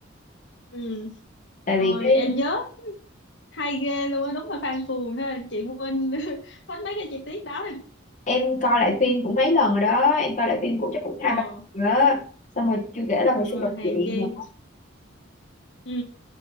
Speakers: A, on the left; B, on the left.
A: ừ.
B: tại
A: Rồi
B: vì cái
A: em nhớ hay ghê luôn á, đúng là fan cuồng ha. Chị quên <laughs> hết mấy cái chi tiết đó.
B: em coi lại phim cũng mấy lần rồi đó em coi lại phim cũng chắc cũng hai
A: Ồ,
B: ba lần rồi đó xong rồi chưa kể là
A: ờ,
B: hồi xưa đọc
A: hàng
B: truyện
A: chi.
B: nữa
A: Ừ,